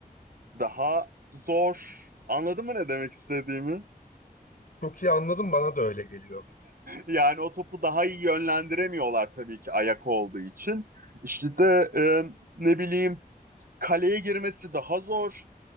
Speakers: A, on the right; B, on the left.
A: daha zor. Anladın mı ne demek istediğimi?
B: Çok iyi anladım bana da öyle geliyor.
A: Yani o topu daha iyi yönlendiremiyorlar tabii ki ayak olduğu için. İşte de e, ne bileyim kaleye girmesi daha zor.